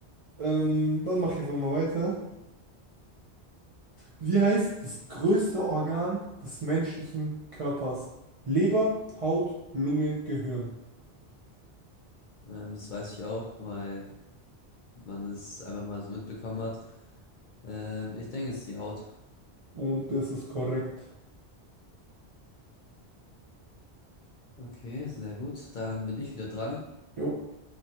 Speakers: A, on the right; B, on the left.
A: Ähm, dann mach ich einfach mal weiter. Wie heißt das größte Organ des menschlichen Körpers? Leber, Haut, Lunge, Gehirn.
B: Ähm, das weiß ich auch, weil. man das einfach mal so mitbekommen hat. Ähm, ich denke, es ist die Haut.
A: Und das ist korrekt.
B: Okay, sehr gut. Dann bin ich wieder dran.
A: Jo.